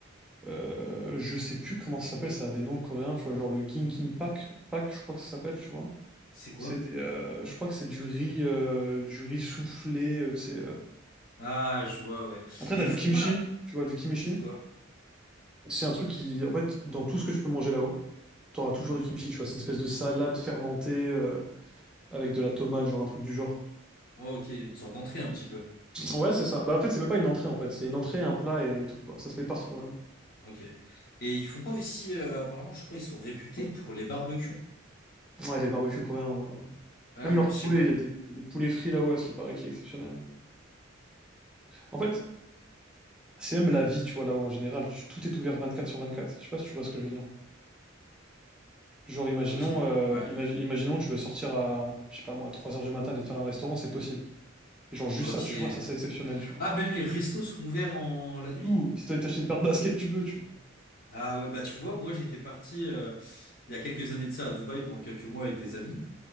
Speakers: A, in the centre; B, on the left.
A: Euh, je sais plus comment ça s'appelle ça a des noms coréens tu vois genre le Gimgimbap Pak je crois que ça s'appelle tu vois
B: C'est quoi?
A: c'est des, euh, je crois que c'est du riz, euh, du riz soufflé, euh, tu sais,
B: Ah, je vois, ouais.
A: Après,
B: Et
A: t'as
B: ils
A: du
B: font
A: kimchi,
B: pas...
A: tu vois, du kimchi.
B: C'est quoi?
A: C'est un truc qui, en fait, dans tout ce que tu peux manger là-haut, t'auras toujours
B: Ouais.
A: du kimchi, tu vois. C'est une espèce de salade fermentée euh, avec de la tomate, genre un truc du genre.
B: Oh, ok, une sorte d'entrée un petit peu.
A: Ouais, c'est ça. Bah, en fait, c'est même pas une entrée, en fait. C'est une entrée, un plat et tout, quoi. Ça se met partout, vraiment.
B: Ok. Et ils font pas aussi... euh, apparemment, je crois, ils sont réputés pour les barbecues.
A: Ouais, les barbecues coréens, ouais, ouais.
B: Ouais,
A: Même leur
B: je sais
A: poulet,
B: pas.
A: il y a des, il y a des poulets frits là-haut, à ce qui paraît, qui est exceptionnel. En fait, c'est même la vie, tu vois, là-haut, en général. Tu- tout est ouvert 24 sur 24. Je sais pas si tu vois ce que je veux dire. Genre, imaginons,
B: Ok,
A: euh,
B: ouais.
A: imagi- imaginons, tu veux sortir à, je sais pas moi, à 3 heures du matin, aller te faire un restaurant, c'est possible. Et genre, juste
B: Ok.
A: ça, tu vois, ça c'est exceptionnel, tu vois.
B: Ah, même les restos sont ouverts en la nuit?
A: Ou, si t'as envie de t'acheter une paire de baskets, tu peux, tu vois.
B: Ah ouais, bah tu vois, moi j'étais parti euh, il y a quelques années de ça à Dubaï pendant quelques mois avec des amis.